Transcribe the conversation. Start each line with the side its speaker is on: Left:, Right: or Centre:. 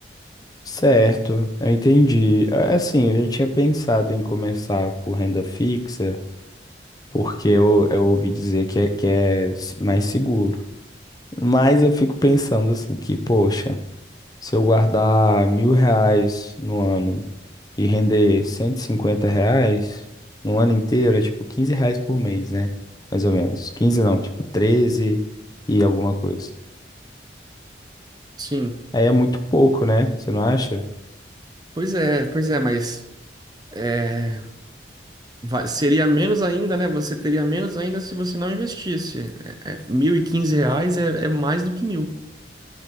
Left: Certo, eu entendi. É, Assim, eu já tinha pensado em começar por renda fixa, porque eu, eu ouvi dizer que é, que é s- mais seguro. Mas eu fico pensando assim, que, poxa. Se eu guardar mil reais no ano e render 150 reais no ano inteiro, é tipo 15 reais por mês, né? Mais ou menos. 15 não, tipo 13 e alguma coisa.
Right: Sim.
Left: Aí é muito pouco, né? Você não acha?
Right: Pois é, pois é, mas é, vai- seria menos ainda, né? Você teria menos ainda se você não investisse. É, é, 1.015 reais é, é mais do que mil.